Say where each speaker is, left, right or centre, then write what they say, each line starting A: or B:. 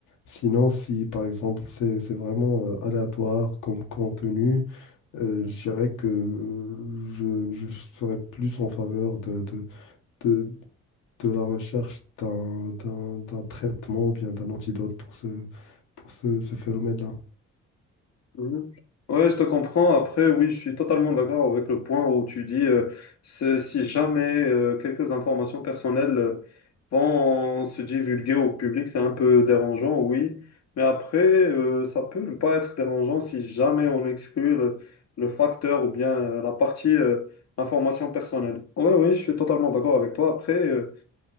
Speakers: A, on the left; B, on the left.
A: Sinon, si par exemple c'est c'est vraiment euh, aléatoire comme contenu, euh, je dirais que je, je serais plus en faveur de, de, de, de la recherche d'un, d'un, d'un traitement ou bien d'un antidote pour ce, pour ce, ce phénomène-là.
B: Mhm. Ouais, je te comprends. Après, oui, je suis totalement d'accord avec le point où tu dis euh, c'est- si jamais euh, quelques informations personnelles euh, vont se divulguer au public, c'est un peu dérangeant, oui. Mais après, euh, ça peut ne pas être dérangeant si jamais on exclut le, le facteur ou bien euh, la partie euh, information personnelle. Oui, oui, je suis totalement d'accord avec toi. Après, euh,